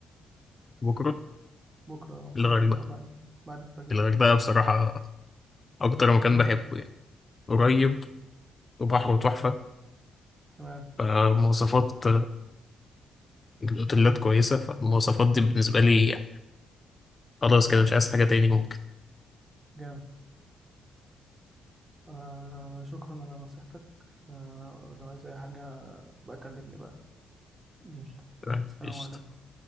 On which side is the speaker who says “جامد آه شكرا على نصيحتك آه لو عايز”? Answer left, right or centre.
Right